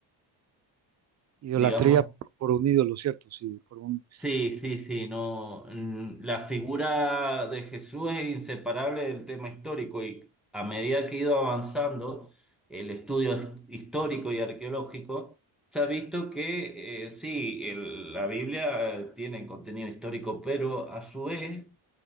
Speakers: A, on the right; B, in the centre.
A: idolatría
B: digamos,
A: por, por un ídolo, ¿cierto? Sí, por un...
B: Sí, sí, sí, no. mm, La figura de Jesús es inseparable del tema histórico y a medida que ha ido avanzando el estudio his- histórico y arqueológico, se ha visto que eh, sí, el- la Biblia eh, tiene contenido histórico, pero a su vez